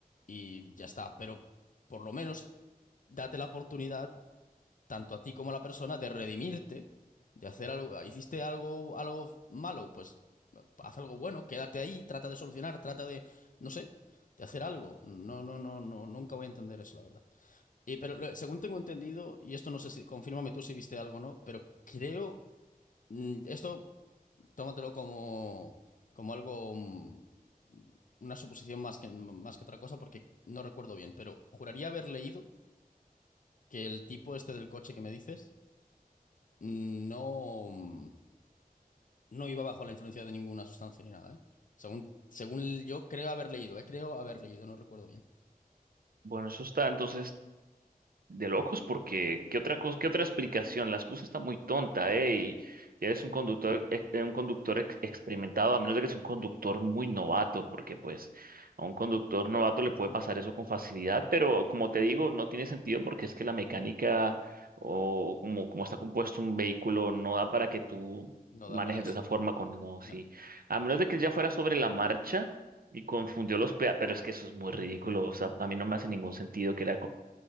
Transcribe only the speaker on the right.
Bueno, eso está. Entonces, de locos porque ¿qué otra cosa, qué otra explicación? La excusa está muy tonta, ¿eh? Y si eres un conductor, ex- un conductor ex- experimentado, a menos de que es un conductor muy novato, porque pues a un conductor novato le puede pasar eso con facilidad, pero como te digo, no tiene sentido porque es que la mecánica o como, como está compuesto un vehículo no da para que tú
manejes
de esa forma con, no, sí.
A menos de que ya fuera sobre la marcha. Y confundió los peatones, pero es que eso es muy ridículo, o sea, a mí no me hace ningún sentido que la